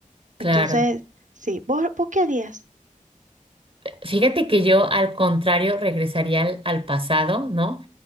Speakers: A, on the right; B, on the right.
A: Claro.
B: Entonces, sí, ¿vos, vos qué harías?
A: Fíjate que yo, al contrario, regresaría al, al pasado, ¿no?